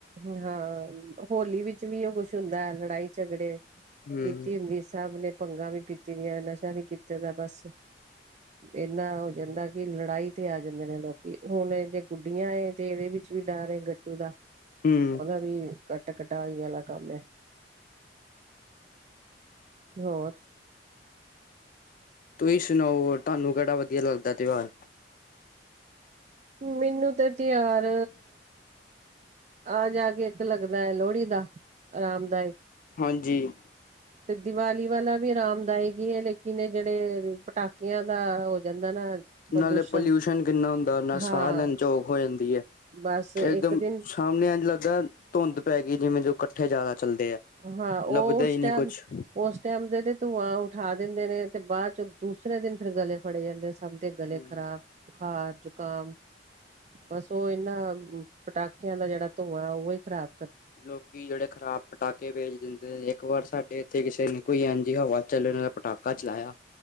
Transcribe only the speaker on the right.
ਹਾਂ ਹੋਲੀ ਵਿਚ ਵੀ ਏ ਕੁੱਛ ਹੁੰਦਾ ਐ, ਲੜਾਈ ਝਗੜੇ
ਪੀਤੀ ਹੁੰਦੀ ਏ ਸਭ ਨੇ ਭੰਗਾਂ ਵੀ ਪੀਤੀ ਦੀਆਂ ਨਸ਼ ਕੀਤੇ ਦਾ ਬਸ, ਏਨਾ ਹੋ ਜਾਂਦਾ ਕੀ ਲੜਾਈ ਤੇ ਜਾਂਦੇ ਨੇ ਲੋਕ। ਹੁਨ ਜੇ ਗੁੱਡੀਆਂ ਏ ਤੇ ਏਦੇ ਵੀਚ ਵੀ ਡਰ ਏ ਗੱਟੂ ਦਾ
ਓਦਾ ਵੀ ਕੱਟ ਕਟਾਈ ਆਲਾ ਕੰਮ ਏ <inaudible> ਹੋਰ?
ਮੇਨੂੰ ਤੇ ਤੇਆਰ ਆ ਜਾ ਕੇ ਏਕ ਲੱਗਦਾ ਐ ਲੋਹੜੀ ਦਾ, ਆਰਾਮਦਾਇਕ,
ਤੇ ਦੀਵਾਲੀ ਵਾਲਾ ਵੀ ਆਰਾਮਦਾਇਕ ਈ ਏ ਲੇਕਿਨ ਏ ਜੇੜੇ, ਪਟਾਕੇਆਂ ਦਾ ਹੋ ਜਾਂਦਾ ਨਾ ਪ੍ਰਦੂਸ਼ਣ
ਹਾਂ
ਬਸ
ਇੱਕ
ਦਿਨ
ਹਾਂ ਓ
ਓਸ
ਟਾਈਮ,
ਓਸ ਟਾਈਮ ਦੇ ਤੇ ਧੂੰਆਂ ਉਠਾ ਦਿੰਦੇ ਨੇ ਤੇ ਬਾ ਚ ਦੂਸਰੇ ਦਿਨ ਫੇਰ ਗਲੇ ਫੜੇ ਜਾਂਦੇ ਸਭ ਤੇ
ਗਲੇ ਖ਼ਰਾਬ, ਬੁਖਾਰ, ਜ਼ੁਕਾਮ ਬਸ ਓ ਏਨਾਂ, ਪਟਾਕੇਆਂ ਦਾ ਜੇੜਾ ਧੂੰਆਂ ਓ ਏ ਖਰਾਬ